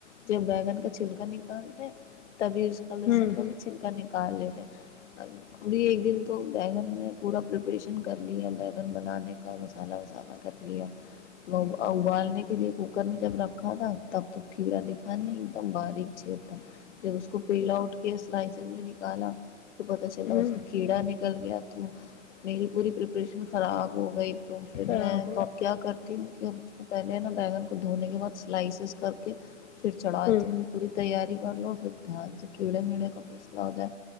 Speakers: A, on the left; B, on the left.
A: جب بیگن کا چھلکا نکالتے تبھی اس کا لسن
B: ہوں ہوں
A: کا بھی چھلکا نکالتے لیتے ایک دن تو بیگن نے پورا پریپریشن کر لیا ہے بگن بنانے کا مسالہ وسالہ کر لیا اوبال نے کے لیے کوکر میں جب رکھا تھا تب تو کیڑا دکھا نہیں ایک دم باریک تھا جب اس کو پیل آؤٹ کے نکالا تو پتا چلا
B: ہوں
A: اس میں کیڑا کل گیا تو میری پوری پریپریشن خراب ہو گئی تو پھر
B: خراب
A: میں
B: ہو
A: تو اب کیا کرتی ہوں <inaudible> پہلے نا بیگن کو دھونے کے بعد سلائسیز کر کے پھر چڑھاتی
B: ہوں
A: نہیں پوری تیاری کر لو پھر کیڑے میڑے واپس نا ا جائے